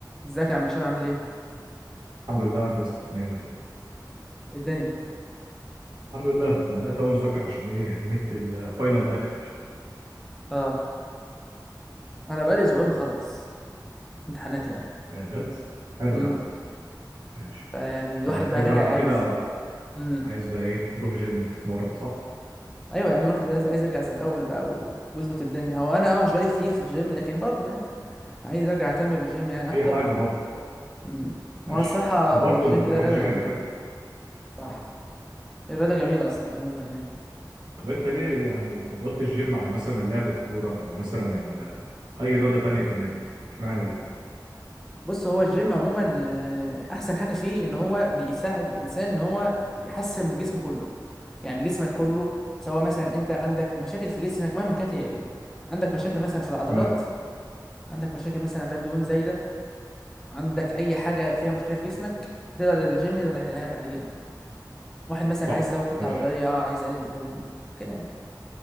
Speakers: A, in the centre; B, on the right.
A: ازيك يا عم هشام عامل ايه
B: الحمد لله يا هندسة مية مية
A: إيه الدنيا
B: الحمد لله بدأت أول مذاكرة عشان إيه الميد الفاينل داخل
A: اه انا بقالي اسبوعين مخلص امتحانات يعني
B: يعني بجد حلو
A: امم
B: يا عم ماشي
A: فيعني الواحد
B: فتلاقيك
A: بقى رجع
B: بقى على
A: عايز
B: كده
A: امم
B: عايز بقى إيه تروح جيم وتتمرن صح؟
A: ايوه يا عم الواحد بقى عايز عايز يرجع زي الاول بقى و- ويظبط الدنيا هو انا اه مش بقالي كتير في الجيم لكن برضه يعني عايز ارجع اهتم بالجيم يعني
B: أي
A: اكتر
B: حاجة برضه
A: امم وانا
B: ماشي
A: الصراحه
B: وبرضه
A: الجيم
B: اللي بيروح
A: ده رياضه
B: جيم
A: جامده
B: بيحبه
A: صح
B: أه
A: الرياضه جميله اصلا عموما يعني
B: طب أنت ليه يعني فضلت الجيم عن مثلا لعب الكورة أو مثلا ال- أي رياضة تانية في النادي؟ إشمعنى دي؟
A: بص هو الجيم عموما آه، احسن حاجه فيه ان هو بيساعد الانسان ان هو يحسن من جسمه كله يعني جسمك كله سواء مثلا انت عندك مشاكل في جسمك مهما كانت هي ايه عندك مشاكل مثلا في العضلات
B: تمام
A: عندك مشاكل مثلا عندك دهون زايده عندك اي حاجه فيها مشكله في جسمك تقدر الجيم يقدر يحلها لك عادي جدا واحد مثلا
B: صح
A: عايز يزود كتله
B: ماشي
A: عضليه عايز يقلل دهون كده يعني